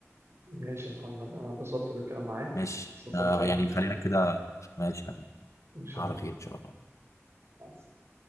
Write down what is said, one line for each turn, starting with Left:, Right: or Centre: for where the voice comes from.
Right: ماشي يا محمد انا اتبسطت بالكلام معاك
Left: ماشي
Right: اشوفك
Left: آه،
Right: تاني
Left: يعني
Right: ان شاء
Left: خلينا
Right: الله
Left: كده ماشي يا حبيبي
Right: ان شاء
Left: على
Right: الله
Left: خير ان شاء الله
Right: مع السلامة.